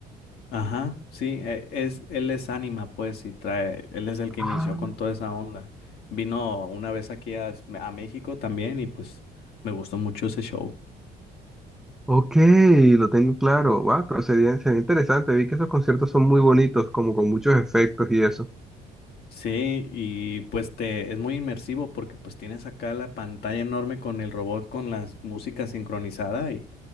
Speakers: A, on the left; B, in the centre.
A: Ajá, sí, e- es, él es Anima, pues, y trae, él es el que
B: Ah,
A: inició con toda esa onda. Vino una vez aquí a, a México también y pues me gustó mucho ese show.
B: ok, lo tengo claro. Wow, pero sería, sería interesante. Vi que esos conciertos son muy bonitos, como con muchos efectos y eso.
A: Sí, y pues te es muy inmersivo porque pues tienes acá la pantalla enorme con el robot con la música sincronizada y